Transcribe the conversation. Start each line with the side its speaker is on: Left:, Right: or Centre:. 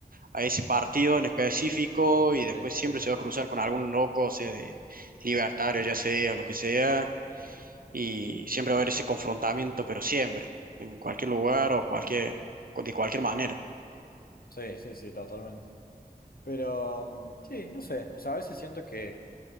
Right: a ese partido en específico y después
Left: Sí,
Right: siempre
Left: tal cual.
Right: se va a cruzar con algún loco, o sea, de libertario, ya sea, lo que sea, y siempre va a haber ese confrontamiento, pero siempre, en cualquier lugar o cualquier, de cualquier manera.
Left: Sí, sí, sí, totalmente. Pero mm, sí, no sé, o sea, a veces siento que